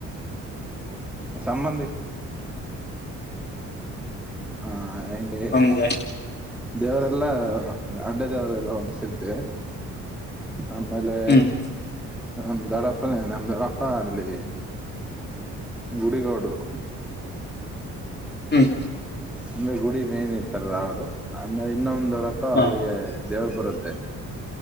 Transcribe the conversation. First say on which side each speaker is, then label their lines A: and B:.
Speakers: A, in the centre; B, on the left (about 35°).
A: ಸಂಬಂಧಕ್ ಹ ಅಗೆ
B: ಹಂಗೆ
A: <inaudible> ದೇವರೆಲ್ಲಾ ಅಡ್ಡ ದೇವರು ಎಲ್ಲಾ ಒಣಸರ್ತವಿ ಆಮೇಲೆ
B: ಹ್ಮ್
A: ನಮ್ ದೊಡಪ್ಪನೇ ನಮ ದೊಡಪ್ಪ ಅಲ್ಲಿ ಗುಡಿಗೌಡರು
B: ಹ್ಮ್
A: ಅಂದ್ರೆ ಗುಡಿ ಮೇನ್ ಇರ್ತಾರ ಅವರು ಅಮೇಲೆ ಇನ್ನೊಂದು ದೊಡ್ಡಪ್ಪಾ
B: ಹ
A: ಅವ್ರರಿಗೆ ದೇವ್ರರು ಬರೋ <unintelligible>